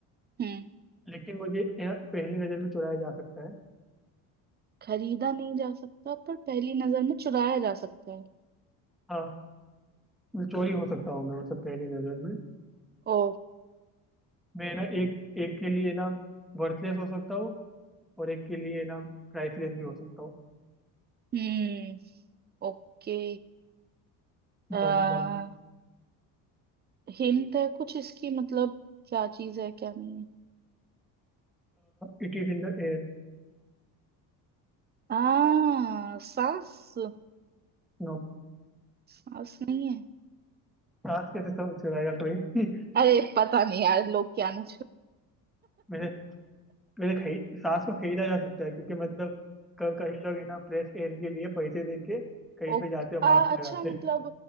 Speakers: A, on the right; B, in the centre.
A: हम्म
B: लेकिन मुझे ये ना पहली नजर में चुराया जा सकता है
A: खरीदा नहीं जा सकता पर पहली नजर में चुराया जा सकता है
B: हाँ मैं चोरी हो सकता हूँ मैं मतलब पहली नजर में
A: ओ
B: मैं है ना एक एक के लिए ना वर्थलेस हो सकता हूँ और एक के लिए ना प्राइसलेस भी हो सकता हूँ
A: हम्म ओके आ,
B: बताओ मैं क्या हूँ
A: हिंट है कुछ इसकी मतलब क्या चीज है क्या नहीं है
B: It is in the air
A: आ, सांस
B: No
A: सांस नहीं है
B: सांस कैसे समझ चलाएगा कोई <laughs>
A: अरे पता नहीं यार लोग क्या ना
B: वैसे वैसे खरी, सांस को खरीदा जा सकता है क्योंकि मतलब क- कई लोग है ना फ्रेश एयर के लिए पैसे दे के कहीं
A: ओ,
B: पे जाते हैं
A: आ,
B: मास्क
A: अच्छा
B: लगाते
A: मतलब
B: हैं